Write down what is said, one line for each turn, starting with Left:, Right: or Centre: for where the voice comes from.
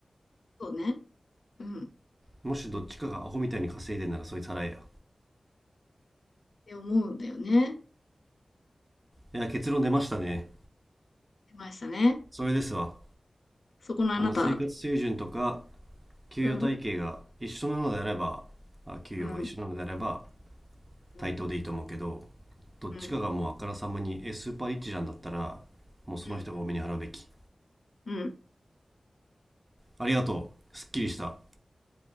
Left: そうね。うん。っ
Right: もしどっちかがアホみたいに稼いでんならそいつ払えや。
Left: て思うんだよね。
Right: いや、結論出ましたね。
Left: 出ましたね。
Right: それですわ。
Left: そこのあなた。
Right: あの、生活水準とか給与体系が一緒なのであれば、
Left: うん、
Right: あ、給与が一緒なのであれば
Left: うん、うん、
Right: 対等でいいと思うけど、どっちかがもうあからさまに、
Left: うん、
Right: え、スーパーリッチじゃんだったら、もうその人が多めに払うべき。
Left: うん、うん。
Right: ありがとう。すっきりした。